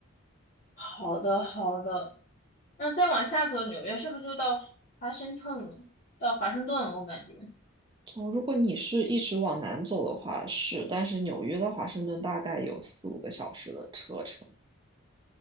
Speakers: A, on the left; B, on the right.
A: 好的好的。那再往下走，纽约是不是就到华盛顿了？到华盛顿了，我感觉。
B: 哦，如果你是一直往南走的话是，但是纽约到华盛顿大概有四五个小时的车程。